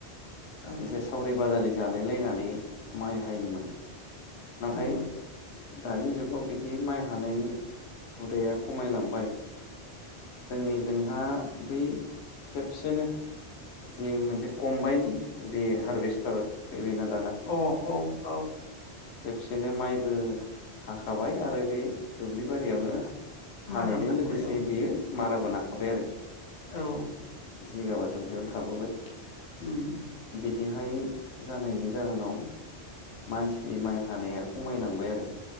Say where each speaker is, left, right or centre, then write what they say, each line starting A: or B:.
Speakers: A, on the left (about 55°); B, on the left (about 80°).
A: औ
B: एसे सावरि बादालि जालाय लायनानै माइ हायोमोन नाथाय
A: नंगौ
B: दानि जुगाव बिदि माइ हानाय हुदाया खमायलांबाय जोंनि जोंहा बै खेबसेनो जि मोनसे कम्बाइन जि हारभेस्टार फैबाय ना
A: अ औ
B: खेबसेनो माइबो हाखाबाय आरो बे दुब्लि बारियावनो हानायजों
A: मारा मोनाखाबाय
B: लोगोसे
A: औ
B: बेयो माराबो नाखाबाय आरो।
A: औ
B: जिगाबा दुब्लियावनो थाबोबाय
A: उम
B: दिहाय जानायनि जाहोनाव मानसि माइ हानाया खमायलांबाय आरो।